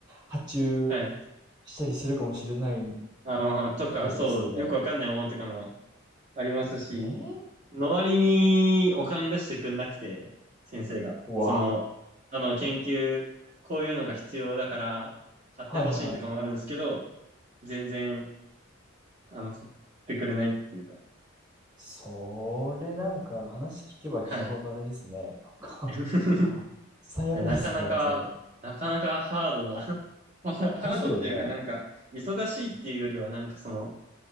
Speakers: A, on the right; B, on the right.
A: 発注
B: はい。
A: したりするかもしれないっ
B: あーとか、
A: てことですよね。
B: そう、よくわかんないものとかもありますし、
A: ええ
B: の割にお金出してくんなくて、先生が。
A: うわ。
B: その、あの、研究、こういうのが必要だから、買ってほしいとかもあるんですけど、
A: はいはいはい。
B: 全然、あの、買ってくれないっていうか。
A: それなんか話聞けば聞くほどあれですね。
B: はい。
A: なんか
B: <laughs>
A: <laughs> 最悪ですね、
B: なかなか、
A: それ。
B: なかなかハードな、<laughs> まあハードっていうかなんか、
A: ですよね。
B: 忙しいっていうよりはなんかその、